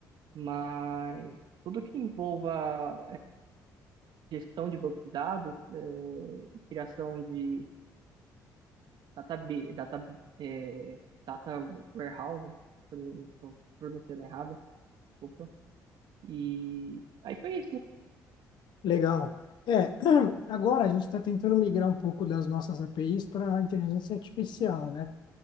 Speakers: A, on the right (about 60°); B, on the left (about 65°).
A: mas tudo que envolva é, gestão de banco de dados, é, criação de data, data, é, data warehouse, se eu não estou pronunciando errado, desculpa. E aí foi isso.
B: Legal. É, <clears throat> agora a gente está tentando migrar um pouco das nossas APIs para a inteligência artificial, né?